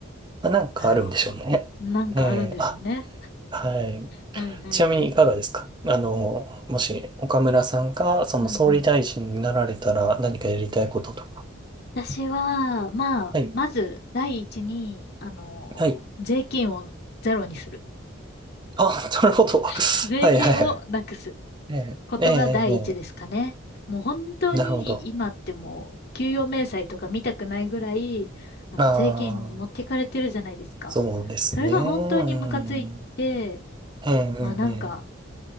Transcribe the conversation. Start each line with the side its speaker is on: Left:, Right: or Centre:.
Right: まあなんかあるんでしょうね。
Left: なるほど。なんかあるんでしょうね。
Right: ええ、あ、はい。
Left: はいはいはい。
Right: ちなみにいかがですかあの、もし岡村さんがその総理大臣になられたら何かやりたいこととか。
Left: うんうん。私は、まあ、
Right: はい。
Left: まず、第一に、あの、
Right: はい。
Left: 税金をゼロにする。
Right: あ、なるほど。<laughs>
Left: <laughs> 税金をなくす
Right: はいはいはい。ええ、
Left: ことが第一ですかね。
Right: ええ、ええ、え
Left: もう本当に今ってもう、
Right: えなるほど。
Left: 給与明細とか見たくないぐらい、あの、
Right: あ
Left: 税金持ってかれてるじゃないですか。
Right: あ。そうですね。
Left: それが本当にムカついて、
Right: うん。ええ。うん、
Left: まあなんか、
Right: ええ